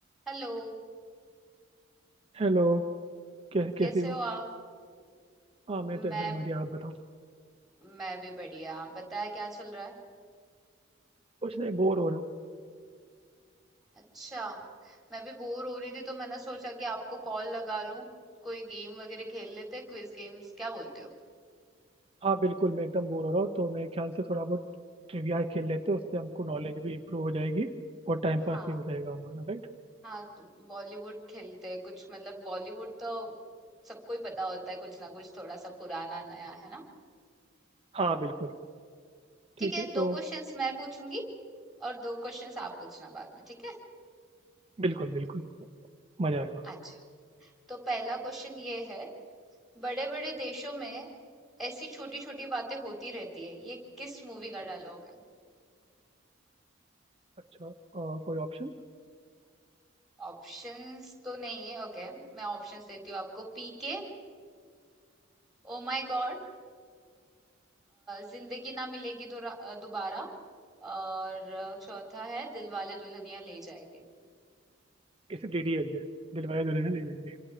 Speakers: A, in the centre; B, on the right.
A: Hello
B: Hello कै,
A: कैसे
B: कैसे
A: हो
B: हो
A: आप
B: हाँ मैं तो
A: मैं
B: एकदम बढ़िया आप बताओ
A: मैं भी बढ़िया आप बताया क्या चल रहा है
B: कुछ नहीं बोर हो रहा हूँ
A: अच्छा मैं भी बोर हो रही थी तो मैंने सोचा कि आपको कॉल लगा लूं कोई गेम वगैरह खेल लेते हैं क्विज गेम्स क्या बोलते हो
B: हाँ बिल्कुल मैं एकदम बोर हो रहा हूँ तो मेरे ख्याल से थोड़ा बहुत ट्रिविया खेल लेते हैं उससे हमको नॉलेज भी इम्प्रूव हो जाएगी और टाइम पास
A: हाँ
B: भी हो जाएगा हमारा राइट
A: हाँ बॉलीवुड खेलते हैं कुछ मतलब बॉलीवुड तो सबको ही पता होता है कुछ ना कुछ थोड़ा सा पुराना नया है ना
B: हाँ बिल्कुल
A: ठीक
B: ठीक
A: है
B: है तो
A: दो क्वेश्चंस मैं पूछूंगी और दो क्वेश्चंस आप पूछना बाद में ठीक है
B: बिल्कुल बिल्कुल मजा आएगा
A: अच्छा तो पहला क्वेश्चन ये है बड़े बड़े देशों में ऐसी छोटी छोटी बातें होती रहती है ये किस मूवी का डायलॉग है
B: अच्छा अ, कोई ऑप्शन
A: ऑप्शंस तो नहीं है ओके मैं ऑप्शंस देती हूँ आपको PK oh my god Zindagi Na मिलेगी तो रा- अ, दोबारा और अ, चौथा है दिलवाले दुल्हनिया ले जाएंगे
B: इसे डीडीएल दे दिलवाले दुल्हनिया ले जाएंगे